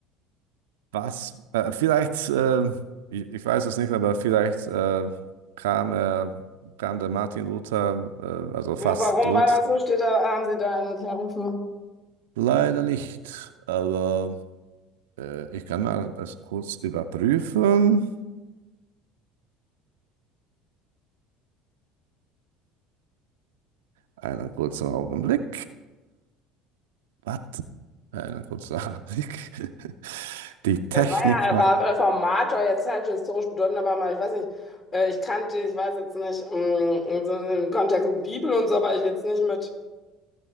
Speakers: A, on the right; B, on the left.
A: Was? Äh, vielleicht, äh, ich, ich weiß es nicht, aber vielleicht äh, kam, äh, kam der Martin Luther, äh, also
B: Warum
A: fast tot.
B: war das so? Steht da, haben Sie da eine Erklärung für?
A: Leider nicht, aber äh, ich kann mal es kurz überprüfen. Einen kurzen Augenblick. Was? Einen kurzen Augenblick. <laughs> Die Technik
B: Der war ja ein
A: macht.
B: Ra- Reformator, jetzt halt historisch bedeutend, aber mal, ich weiß nicht, äh, ich kannte, ich weiß jetzt nicht, ähm, in so im Kontext mit Bibel und so, aber ich jetzt nicht mit,